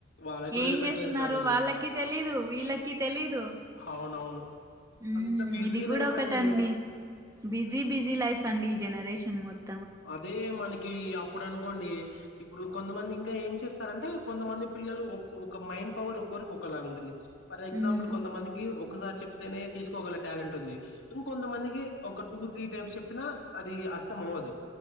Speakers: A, on the left; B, on the right.
A: వాళ్ళకి వదిలిపెట్టేస్తారు
B: ఏం చేస్తున్నారొ వాళ్ళకి తెలీదు వీల్లకి తెలి ఊ
A: అవునవును అంత బిజీ
B: ఇది కూడా
A: లైఫ్
B: ఒకటండి
A: అండి
B: బిజి బిజీ లైఫ్ అండి ఈ జనరేషన్ సషన్ముత్ <unintelligible>
A: అదే మనకి అప్పుడు అనుకోండి ఇప్పుడు కొంతమంది ఇంకా ఏం చేస్తారంటే కొంతమంది పిల్లలు ఒకో ఒక మైండ్ పవర్ ఒకొరికి ఒకలాగా ఉంటుంది ఫర్ ఎగ్జాంపుల్
B: ఉమ్
A: కొంతమందికి ఒకసారి చెప్ నే తీసుకోగల టాలెంట్ ఉంది ఇంకొంతమందికి ఒక టూ త్రీ టైమ్స్ చెప్పినా అది అర్థం అవ్వదు